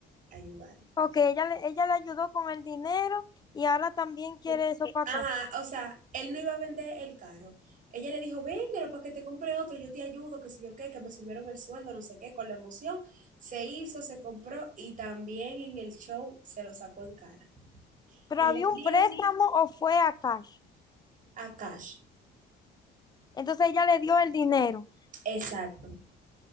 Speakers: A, on the right; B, on the left.
A: a ayudarle.
B: Ok, ella le, ella le ayudó con el dinero y ahora también quiere
A: Sí.
B: eso para
A: Ajá,
B: atrás.
A: o sea, él no iba a vender el carro. Ella le dijo, véndelo para que te compre otro, yo te ayudo, que sé yo qué, que me subieron el sueldo, no sé qué, con la emoción. Se hizo, se compró y también en el show se lo sacó en cara.
B: Pero
A: Y
B: había
A: él dijo,
B: un préstamo o fue a cash.
A: a cash,
B: Entonces ella le dio el dinero.
A: exacto,